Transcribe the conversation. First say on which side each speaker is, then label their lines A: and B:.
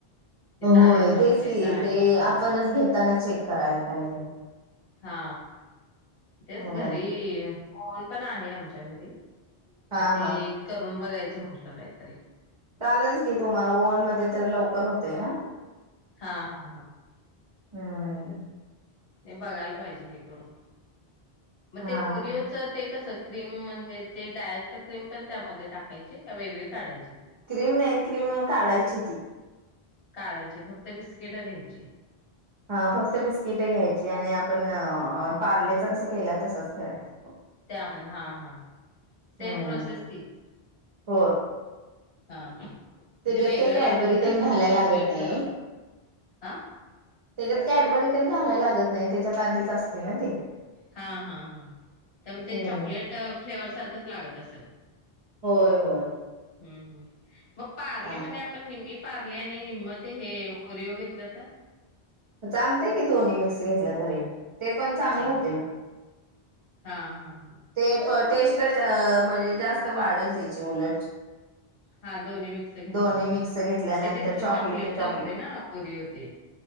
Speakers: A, on the left; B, on the right.
A: कि तारीख
B: होय.
A: संपले
B: तेच की
A: काय
B: ते
A: हे झाले
B: आपणच घेताना चेक करायला पाहिजे.
A: हा. तेच
B: हो
A: घरी ओवन पण आहे आमच्या घरी.
B: हा
A: मग ते
B: हा
A: करून बघायचं म्हटलं काहीतरी
B: चालेल की तुम्हाला ओव न मध्ये तर लवकर होतय ना?
A: हा हा हा.
B: हम्म.
A: नाही बघायला पाहिजे हे करून मग
B: हा
A: ते ओरिओचं ते कसं क्रीम म्हणजे ते डायरेक्ट क्रीम पण त्यामध्ये टाक टाकायची का वेगळे काढायची ती?
B: क्रीम नाही क्रीम काढायची ती.
A: काढायचे फक्त बिस्किट घ्यायची.
B: ह फक्त बिस्किट घ्यायची आणि आपण पार्लेच कसं केलं तसच करायच.
A: त्यामध्ये हा हा सेम
B: हम्म.
A: प्रोसेस तीच.
B: हो
A: हा हा.
B: त्याच्यात
A: ते वेगळं
B: काही कॅडबरी
A: लागतय का
B: तेन
A: असं
B: घालायला
A: का चॉकलेट
B: लागत नाही.
A: ह
B: त्याच्यात कॅडबरी तेन घालाय लागत नाही त्याच्यात आधीच असते ना ते.
A: हा हा हा. मग
B: हम्म.
A: ते चॉकलेट फ्लेवर सारख लागत असेल.
B: होय होय.
A: हम्म हं मग पार्लेमध्ये
B: हा
A: आपण निम्मी पारले आणि निम्म ते हे ओरीओ घेतलं तर?
B: चालतंय की दोन्ही मिक्स घेतलं तरी. ते पण चांगले
A: हा
B: होते,
A: हा हा हा हा हा
B: ते पण टेस्टच म्हणजे जास्त वाढेल त्याची उलट.
A: हा दोन्ही मिक्स घेतलं
B: दोन्ही
A: तर.
B: मिक्स घेतल्यानंतर
A: म्हणजे ते कसं
B: चॉकलेटी
A: चॉकलेटचं
B: चॉकलेट
A: असते ना, ओरीओ ते.